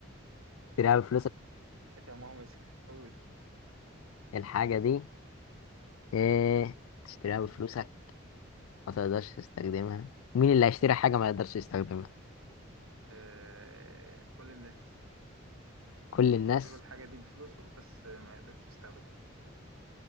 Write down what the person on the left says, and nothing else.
تشتريها بفلوسك
الحاجة دي ايه تشتريها بفلوسك ما تقدرش تستخدمها مين اللي هيشتري حاجة ما يقدرش يستخدمها
كل
الناس